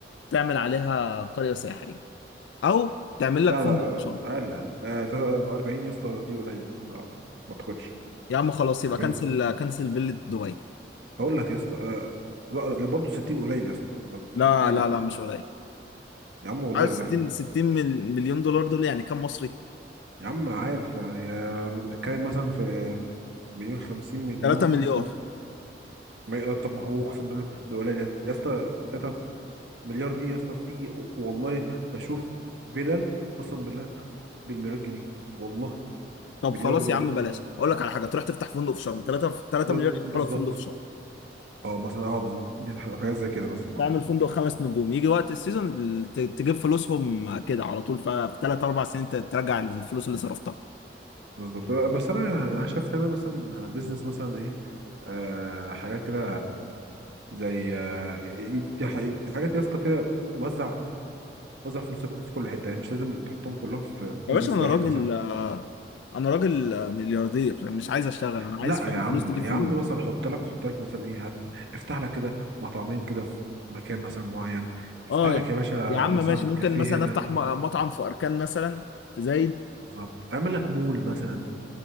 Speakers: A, on the left; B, on the right.
A: تعمل عليها قريه سياحيه او تعمل لك
B: لا
A: فندق
B: لا آه،
A: شرم
B: اقل أقل. آه، تلاتة- 40 يا اسطى دي قليل ما ما اعتقدش
A: يا عم خلاص يبقى
B: 40
A: كنسل كنسل فيلا دبي
B: هقول لك يا اسطى آه، بقى- برضه 60 قليل يا اسطى طب
A: لا
B: انت بتقول
A: لا
B: ايه
A: لا مش قليل
B: يا عم والله
A: عارف
B: قليل
A: 60 60 مل- مليون دولار دول يعني كام مصري
B: يا عم عارف يعني آه، بتتكلم مثلا في مليون 50 مليون
A: 3 مليار
B: فانت- ما- آه، طب ما هو اقسم بالله ده قليل يا اسطى مليار دي يا اسطى في والله بشوف فيلل قسم بالله بالمليار جنيه والله
A: طب
B: مليار
A: خلاص
B: و...
A: يا عم بلاش اقول لك على حاجه تروح تفتح فندق في شرم 3 3
B: بز-
A: مليار
B: بالظبط
A: يفتحوا لك فندق في شرم
B: اه مثلا اه بالظبط دي حاجات زي كده مثلا اه
A: تعمل فندق خمس نجوم يجي وقت السيزون ت- تجيب فلوسهم كده على طول ففي 3 4 سنين ت- ترجع الفلوس اللي صرفتها
B: بالظبط بس انا انا شايف تمام مثلا بيزنس مثلا ايه آه حاجات كده زي آه ي- ي- حاجات يا اسطى كده وزع وزع فلوسك في كل حته يعني مش لازم تحطهم كلهم في
A: يا
B: بيزنس
A: باشا انا
B: واحد
A: راجل
B: مثلا
A: آه، انا راجل آه، ملياردير مش عايز اشتغل انا
B: لا
A: عايز فاهم
B: يا عم
A: فلوس تجيب
B: يا
A: فلوس
B: عم مثلا حط لك حط لك مثلا ايه هت... افتح لك كده مطعمين كده في مكان مثلا معين افتح
A: اه
B: لك
A: يا
B: يا باشا
A: يا عم
B: مثلا
A: ماشي ممكن
B: كافيه
A: مثلا
B: هنا
A: افتح م- مطعم في اركان مثلا في زايد
B: بالظبط اعمل لك مول مثلا